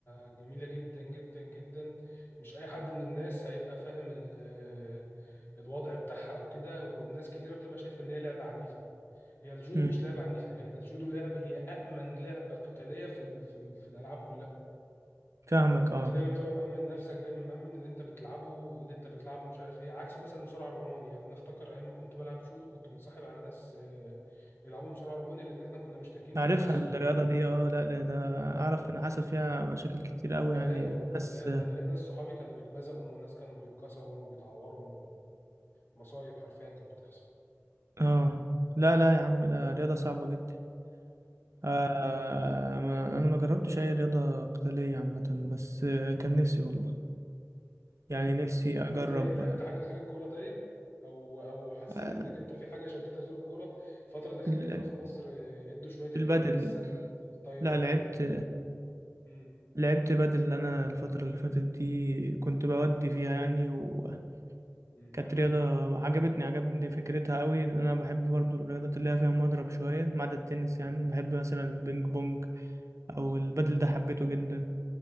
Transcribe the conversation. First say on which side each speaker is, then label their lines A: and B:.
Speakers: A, on the left (about 45°); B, on the right (about 70°).
A: جميله جدا جدا جدا مش اي حد من الناس هيبقى فاهم ال- الوضع بتاعها او كده والناس كتيره بتبقى شايفه ان هي لعبه عنيفه هي الجودو
B: امم
A: مش لعبة عنيفة هي الجودو لعبة هي أأمن لعبة قتالية في ال... في ال... في الألعاب كلها
B: فاهمك اه
A: أنت دايما بتبقى مأمن نفسك دايما مأمن اللي أنت بتلعبه اللي أنت بتلعبه مش عارف إيه عكس مثلا المصارعة الروماني يعني أنا أفتكر أيام ما كنت بلعب جودو كنت متصاحب على ناس آه، بيلعبوا مصارعة روماني لأن إحنا كنا مشتركين في
B: عارفها
A: نفس الصالة
B: الرياضه دي اه لا ده ده
A: أه
B: اعرف ان حصل فيها مشاكل كتير قوي
A: بلاوي
B: يعني
A: بلاوي
B: بس
A: أنا ليا ناس صحابي كانوا بيتمزقوا وناس كانوا بيتكسروا وبيتعوروا ومصايب حرفيا كانت بتحصل
B: اه لا لا يا عم ده رياضه صعبه جدا آه ما انا ما جربتش اي رياضه قتاليه عامه بس آه، كان نفسي والله يعني نفسي اجرب
A: طب انت ايه لعبت حاجه غير الكوره طيب او او حسيت
B: آه،
A: انك انت في حاجه شدتك غير الكوره الفتره الاخيره
B: ال-
A: كده في مصر اه، ادوا شويه اهتمام
B: البادل
A: للسله والطايره
B: لا
A: وكده
B: لعبت
A: مم.
B: لعبت بدل اللي انا الفترة اللي فاتت دي كنت بودي فيها يعني وكانت
A: مم.
B: رياضة عجبتني عجبتني فكرتها قوي لان انا بحب برضو الرياضات اللي هي فيها مضرب شوية ما عدا التنس يعني
A: مم.
B: بحب مثلا البينج بونج او البدل
A: مم.
B: ده حبيته جدا